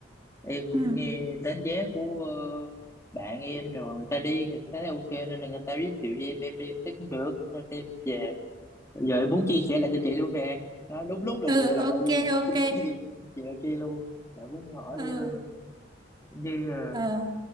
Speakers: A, on the left (about 15°); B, on the right (about 25°).
A: em cũng
B: ừ.
A: nghe đánh giá của ờ, bạn em rồi người ta đi người ta thấy ok nên là người ta giới thiệu cho em em đi em thấy cũng được nên em về Bây giờ em muốn chia sẻ lại cho chị luôn nè đó, đúng lúc là
B: Ừ
A: chị
B: ok
A: lại
B: ok.
A: chị, <laughs> chị lại kia luôn lại muốn hỏi
B: Ừ.
A: nữa luôn như ờ,
B: Ờ